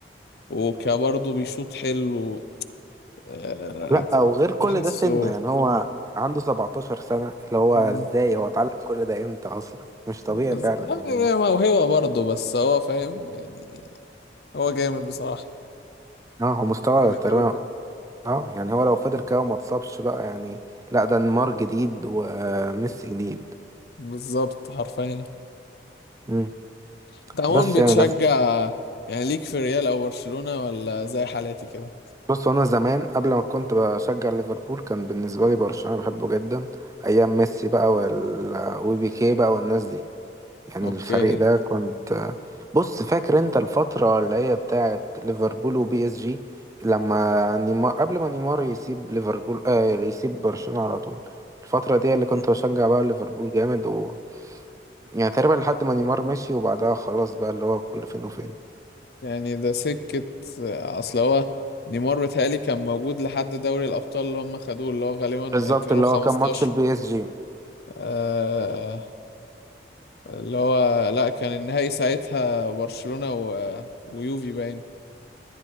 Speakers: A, on the left; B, on the right.
A: وكبرضه بيشوط حلو آه،
B: لا
A: ت- ت-
B: وغير كل
A: تحسه
B: ده سنه يعني هو عنده 17 سنة اللي هو
A: مم.
B: ازاي هو اتعلم كل ده امتى اصلا مش طبيعي
A: بس-
B: فعلا
A: آه،
B: يعني
A: هي موهبة برضه بس هو فاهم يعني هو جامد بصراحة
B: اه هو مستوى
A: جامد
B: تقريبا
A: أوي كمان
B: اه يعني هو لو فضل كده وما اتصابش بقى يعني لا ده نيمار جديد وميسي جديد
A: بالظبط حرفيا
B: مم.
A: انت عموما
B: بس يعني
A: بتشجع
B: بس
A: يعني ليك في ريال أو برشلونة ولا زي حالاتي كده؟
B: بص انا زمان قبل ما كنت بشجع ليفربول كان بالنسبة لي برشلونة بحبه جدا ايام ميسي بقى وال... وبيكيه بقى والناس دي يعني
A: اوكي
B: الفريق ده كنت بص فاكر انت الفترة اللي هي بتاعت ليفربول وبي اس جي لما نيمار قبل ما نيمار يسيب ليفربول آه يسيب برشلونة على طول الفترة دي اللي كنت بشجع بقى ليفربول جامد و يعني تقريبا لحد ما نيمار مشي وبعدها خلاص بقى اللي هو كل فين وفين
A: يعني ده سكة أصل هو نيمار بيتهيألي كان موجود لحد دوري الأبطال اللي هم خدوه اللي هو غالبا
B: بالظبط
A: 2015
B: اللي هو كان ماتش البي اس جي
A: آه اللي هو لأ كان النهائي ساعتها برشلونة و... ويوفي باين